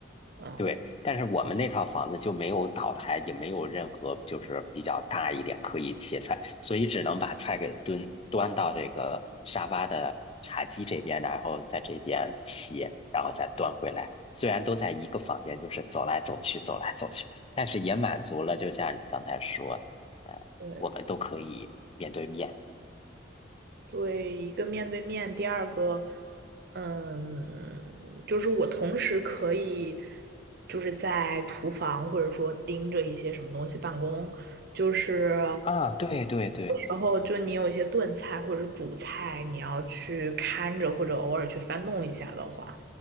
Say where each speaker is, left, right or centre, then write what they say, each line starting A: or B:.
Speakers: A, on the right; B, on the left.
A: 嗯，
B: 对，但是我们那套房子就没有岛台，也没有任何就是比较大一点可以切菜，所以只能把菜给端端到这个沙发的茶几这边，然后在这边切，然后再端回来。虽然都在一个房间，就是走来走去，走来走去，但是也满足了，就像你刚才说，嗯，
A: 对
B: 我们都可以面对面。
A: 对，一个面对面，第二个，嗯，就是我同时可以就是在厨房或者说盯着一些什么东西办公，就是
B: 啊，对对对，
A: 然后就你有一些炖菜或者煮菜，你要去看着或者偶尔去翻弄一下的话，